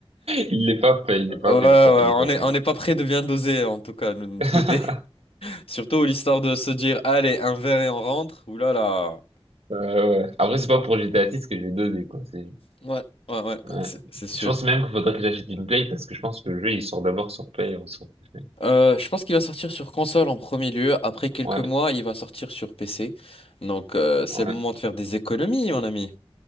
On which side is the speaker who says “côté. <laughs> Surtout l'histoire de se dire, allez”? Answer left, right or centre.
Left